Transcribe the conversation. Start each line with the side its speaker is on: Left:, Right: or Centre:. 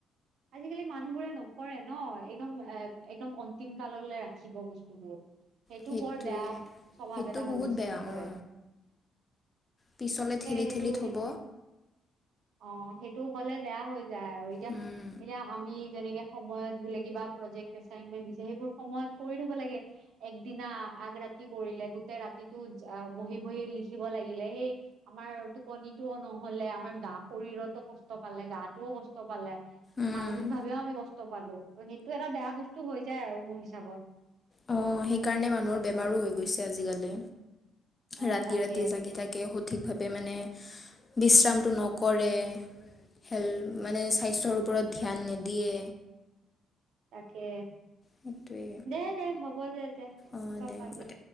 Right: আজিকালি মানুহবোৰে ন কৰে ন একদম এ একদম অন্তিম কাললে ৰাখিব বস্তুবোৰ সেইটো
Left: সেইটোৱে
Right: বৰ বেয়া স্বভাৱ
Left: সেইটো
Right: এটা হৈ
Left: বহুত
Right: গৈছে
Left: বেয়া
Right: চবৰে
Left: অ পিছলে ঠেলি
Right: সেইটো
Left: ঠেলি থ'ব
Right: সেই অ সেইটো হলে বেয়া হৈ যায় আৰু এতিয়া
Left: উম
Right: এতিয়া আমি যেনেকে সময়ত বোলে কিবা প্ৰজেক্ট এচাইনমেন্টত দি সেইবোৰ সময়ত কৰি থব লাগে একদিনা আগ ৰাটি কি কৰিলে গোটেই ৰাতিটো বহি বহি লিখিব লাগিলে সেই আমাৰ টোপনিতোও নহলে আমাৰ গা শৰীৰতো কষ্ট পালে গা টোও কষ্ট পালে
Left: উম
Right: মানসিক ভাৱেও আমি কষ্ট পালো ত সেইটো এটা বেয়া বস্তু হৈ যায় আৰু মোৰ হিচাপত
Left: অ' সেইকাৰণে মানুহৰ বেমাৰো হৈ গৈছে আজিকালি।
Right: অ
Left: ৰাতি
Right: তাকে
Left: ৰাতি জাগি থাকে সঠিক ভাৱে মানে বিশ্ৰামটো নকৰে হেল মানে স্বাস্থ্যৰ ওপৰত ধ্যান নিদিয়ে
Right: তাকে
Left: সেইটোৱে
Right: দে দে হ'ব দে তে
Left: অ'
Right: চব
Left: দে
Right: পাতিম
Left: হ'ব দে।